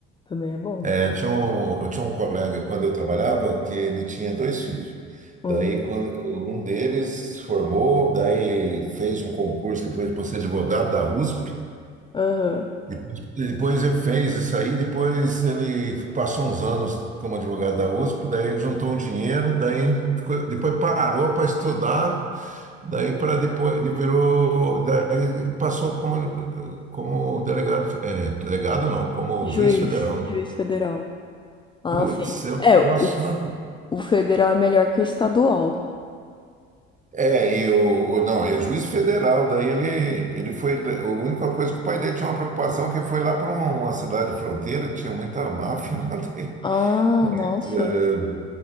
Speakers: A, on the left (about 15°); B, on the right (about 25°).
A: Também é bom.
B: É, tinha um- eu tinha um colega quando eu trabalhava que ele tinha dois filhos.
A: Uhum.
B: Daí quando um deles formou, daí fez um concurso depois para ser advogado da USP.
A: Aham.
B: Depois, depois ele fez isso aí, depois ele passou uns anos como advogado da USP, daí juntou um dinheiro, daí ficou- depois parou para estudar Daí para depois ele virou, daí passou como, como delegado, é, delegado não, como
A: Juiz,
B: juiz federal. né?
A: juiz federal. Ah,
B: Putz,
A: sim.
B: é um negócio
A: É, o,
B: maluco.
A: o federal é melhor que o estadual.
B: É, e o, o- não, ele é juiz federal, daí ele, ele foi, a única coisa que o pai dele tinha uma preocupação, é que ele foi lá para uma cidade fronteira, que tinha muita máfia lá, daí,
A: Ah,
B: mas
A: nossa.
B: eh,